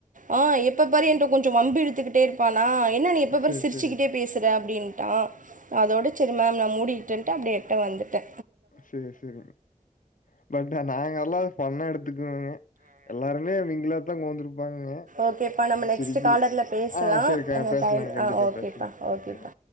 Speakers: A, on the right; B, on the left.
A: ஆ எப்ப பாரு ஏன்ட கொஞ்சோ வம்பிழுத்துக்குட்டே இருப்பா ஆ என்ன நீ எப்ப
B: சரி,
A: பாரு சிரிச்சுக்கிட்டே
B: சரிங்க.
A: பேசுற அப்புடின்டா அதோட சேரி மேம் நா மூடி டுட்ன்டா அப்டே ட்ட வந்துட்டே
B: சேரி சேரிங்க பட்டு நாங்க ஃபுல்லாவே ஃபண்ணா எடு த்துக்குவேங்க எல்லாருமே மிங்கிளாத்தா கோந்திருப்பாங்கோ
A: ஓகேப்பா நம்ம
B: அது
A: நெக்ஸ்ட்டு
B: சிரிக்கிது
A: காலர்ல பேசலா
B: ஆ சேரிக்கா
A: அந்த
B: பேசலாங்க
A: டைம்
B: கண்டிப்பா
A: ஆ ஓகேப்பா
B: பேசலா
A: ஓகேப்பா
B: ஓகேங்க